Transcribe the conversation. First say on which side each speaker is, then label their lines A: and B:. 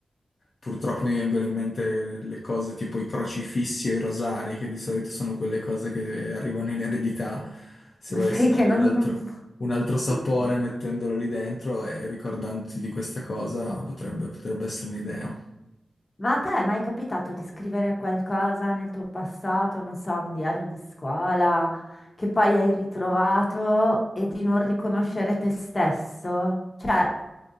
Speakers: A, on the left; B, on the left.
A: Purtroppo mi vengono in mente le cose tipo i crocifissi o i rosari, che di solito sono quelle cose che arrivano in eredità. Se
B: Ma
A: volessi
B: Sai
A: dargli
B: <laughs> che non...
A: un altro,
B: non- <laughs>
A: un altro sapore
B: che-
A: mettendolo lì dentro e ricordandoti di questa cosa, potrebbe, potrebbe essere un'idea.
B: Ma a te è mai capitato di scrivere qualcosa nel tuo passato, non so, un diario di scuola, che poi hai ritrovato e di non riconoscere te stesso? Cioè,